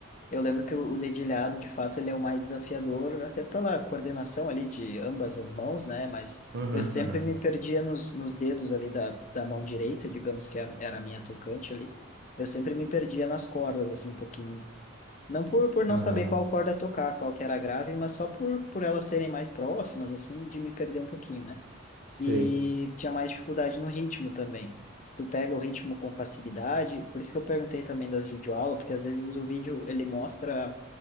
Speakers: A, on the left; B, on the right.
A: eu lembro que o o dedilhado, de fato, ele é o mais desafiador, até pela coordenação ali de ambas as mãos, né? Mas
B: Aham,
A: eu sempre
B: aham.
A: me perdia nos, nos dedos ali da, da mão direita, digamos que a- era a minha tocante ali. Eu sempre me perdia nas cordas, assim, um pouquinho. Não por, por não
B: Aham.
A: saber qual corda tocar, qual que era a grave, mas só por, por elas serem mais próximas, assim, de me perder um pouquinho, né?
B: Sei.
A: E tinha mais dificuldade no ritmo também. Tu pega o ritmo com facilidade, por isso que eu perguntei também das videoaulas, porque às vezes o vídeo ele mostra